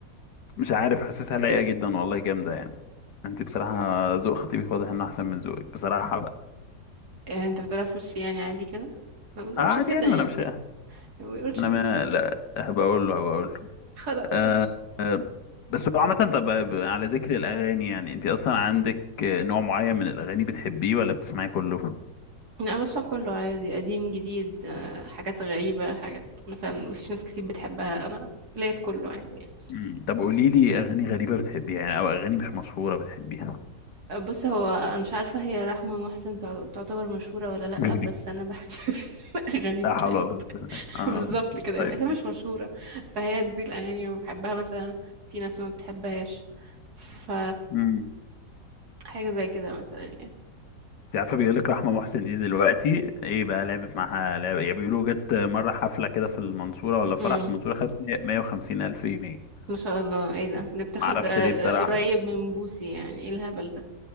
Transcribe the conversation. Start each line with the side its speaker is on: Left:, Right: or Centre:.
Left: مش عارف حاسسها لايقه جدا والله جامده يعني انت بصراحه ذوق خطيبك واضح انه احسن من ذوقك بصراحه بقى
Right: آه انت بتقولها في وشي يعني عادي كده ما بنقولش
Left: آه، عادي
Right: كده
Left: يعني
Right: يعني
Left: ما انا مش
Right: ما بنقولش
Left: انا
Right: كده
Left: ما لا هبقى اقول له هبقى اقول له
Right: خلاص
Left: آه
Right: ماشي
Left: آه، بس هو عامة طب على ذكر الأغاني يعني أنت أصلا عندك نوع معين من الأغاني بتحبيه ولا بتسمعي كله؟
Right: انا بسمع كله عادي قديم جديد آه، حاجات غريبة حاجات مثلا ما فيش ناس كتير بتحبها انا ليا في كله عادي يعني
Left: مم. طب قولي لي أغاني غريبة بتحبيها يعني أو أغاني مش مشهورة بتحبيها
Right: بص هو انا مش عارفه هي رحمه محسن تع- تعتبر مشهوره ولا لا
Left: مم.
Right: بس انا بحب <laughs> الاغاني
Left: لا
Right: بتاعتها
Left: حول ولا قوة إلا بالله
Right: <laughs>
Left: اه
Right: بالظبط كده يبقى
Left: طيب
Right: هي مش
Left: ماشي
Right: مشهوره فهي دي الاغاني اللي بحبها مثلا في ناس ما بتحبهاش ف
Left: مم.
Right: حاجه زي كده مثلا يعني
Left: أنت عارفة بيقول لك رحمة محسن دي دلوقتي إيه بقى لعبت معاها لعبة يعني بيقولوا جت مرة حفلة كده في المنصورة ولا فرح
Right: امم
Left: في المنصورة خدت 150 ألف جنيه
Right: ما شاء الله ايه ده ده بتاخد
Left: معرفش
Right: آه، آه،
Left: ليه بصراحة
Right: قريب من بوسي يعني ايه الهبل ده